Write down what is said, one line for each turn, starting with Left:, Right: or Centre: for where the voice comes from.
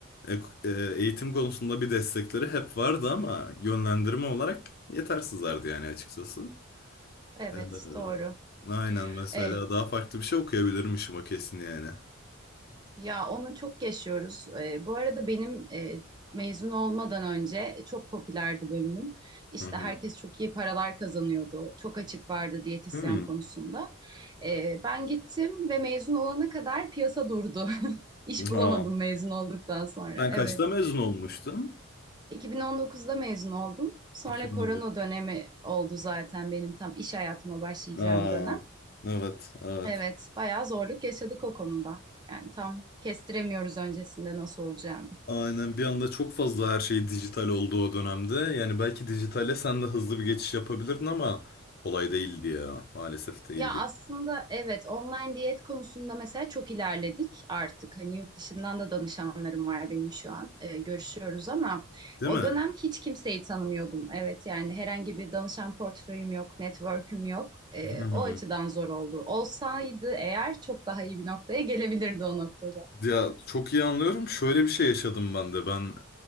Left: ek- e, eğitim konusunda bir destekleri hep vardı ama yönlendirme olarak yetersizlerdi yani açıkçası.
Right: Evet,
Left: Ee,
Right: doğru.
Left: aynen mesela
Right: Evet.
Left: daha farklı bir şey okuyabilirmişim o kesin yani.
Right: Ya onu çok yaşıyoruz. Ee, bu arada benim e, mezun olmadan önce e, çok popülerdi bölümüm. İşte
Left: Hı hı.
Right: herkes çok iyi paralar kazanıyordu. Çok açık vardı diyetisyen
Left: Hmm.
Right: konusunda. Ee, ben gittim ve mezun olana kadar piyasa durdu. <laughs> İş bulamadım
Left: Aa.
Right: mezun olduktan sonra.
Left: Sen
Right: Evet.
Left: kaçta mezun olmuştun?
Right: 2019'da mezun oldum. Sonra
Left: 2019.
Right: korona dönemi oldu zaten benim tam iş hayatıma başlayacağım
Left: Aa,
Right: dönem.
Left: evet, evet.
Right: Evet, bayağı zorluk yaşadık o konuda. Yani tam kestiremiyoruz öncesinde nasıl olacağını.
Left: Aynen bir anda çok fazla her şey dijital oldu o dönemde. Yani belki dijitale sen de hızlı bir geçiş yapabilirdin ama kolay değildi ya. Maalesef değildi.
Right: Ya aslında evet online diyet konusunda mesela çok ilerledik artık. Hani yurt dışından da danışanlarım var benim şu an. Ee, görüşüyoruz ama
Left: Değil
Right: o
Left: mi?
Right: dönem hiç kimseyi tanımıyordum. Evet yani herhangi bir danışan portföyüm yok, network'üm yok. Ee,
Left: <laughs>
Right: o açıdan zor oldu. Olsaydı eğer çok daha iyi bir noktaya gelebilirdi o noktada.
Left: Ya çok iyi anlıyorum. Şöyle bir şey yaşadım ben de. Ben